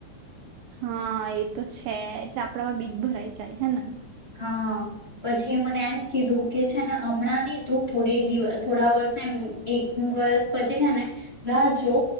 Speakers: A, on the right; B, on the left.
A: હા એ તો છે, એટલે આપડામાં બીક ભરાઈ જાય હે ને.
B: હા પછી મને એમ કીધું કે છે, ને હમણાં નહ તું થોડી દિવસ થોડા વર્ષે એમ બસ પછી છે. રાહ જો